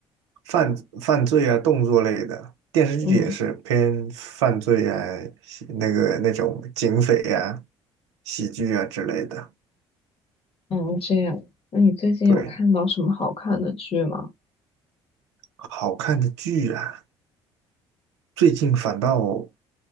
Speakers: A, on the right; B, on the left.
A: 犯犯罪啊、动作类的电视剧也是偏犯罪啊、
B: 嗯。
A: 喜那个那种警匪啊、喜剧啊之类的。
B: 哦，这样。那你最近有看到什么好看的剧吗？
A: 对，好看的剧啊，最近反倒